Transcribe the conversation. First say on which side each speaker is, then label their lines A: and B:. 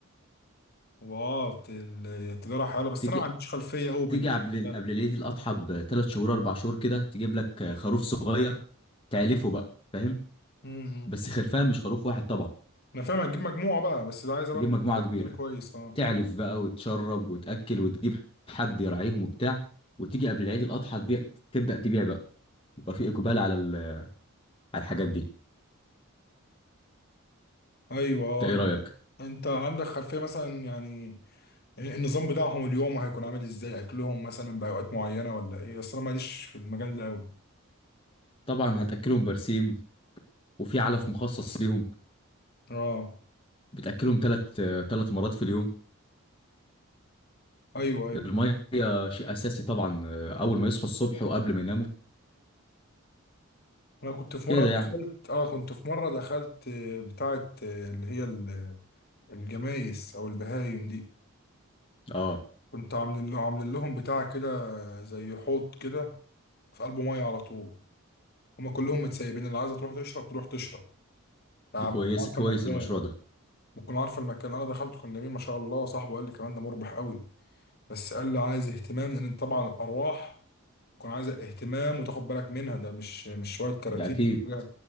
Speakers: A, on the left; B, on the left.
A: واه ال- التجاره حلوه بس
B: تيجي
A: انا ما عنديش خلفيه قوي بالنسبه
B: تيجي قبل
A: لها
B: قبل العيد الاضحى بثلاث شهور اربع شهور كده تجيب لك خروف صغير تعلفه بقى فاهم
A: امم.
B: بس خرفان مش خروف واحد طبعا
A: انا فاهم هتجيب مجموعه بقى بس ده عايزه برضو
B: تجيب مجموعه
A: راس
B: كبيره
A: مال كويس اه
B: تعلف بقى وتشرب وتاكل وتجيب حد يراعيهم وبتاع وتيجي قبل العيد الاضحى تبيع تبدا تبيع بقى يبقى في اقبال على ال- على الحاجات دي
A: ايوه اه
B: انت ايه رايك
A: انت عندك خلفية مثلا يعني النظام بتاعهم اليوم هيكون عامل ازاي اكلهم مثلا باوقات معينة ولا ايه اصل انا ماليش في المجال ده اوي
B: طبعا هتاكلهم برسيم وفي علف مخصص ليهم
A: اه
B: بتاكلهم ثلاث ثلاث مرات في اليوم
A: ايوه ايوه
B: الميه شيء اساسي طبعا اول ما يصحوا الصبح وقبل ما يناموا
A: انا كنت في
B: كده
A: مرة دخلت
B: يعني
A: اه كنت في مرة دخلت آه، بتاعة آه، اللي هي ال- الجمايس او البهايم دي
B: اه
A: كنت عامل له عامل لهم بتاع كده زي حوض كده في قلبه مية على طول هما كلهم متسيبين اللي عايزة تروح تشرب تروح تشرب يعني
B: دي كويس
A: بتكون عارفة
B: كويس
A: المكان
B: المشروع ده
A: بتكون عارفه المكان انا دخلته كان جميل ما شاء الله صاحبه قال لي كمان ده مربح قوي بس قال لي عايز اهتمام لان طبعا الارواح بتكون عايزه اهتمام وتاخد بالك منها ده مش مش شويه كراتين
B: ده اكيد
A: حاجة-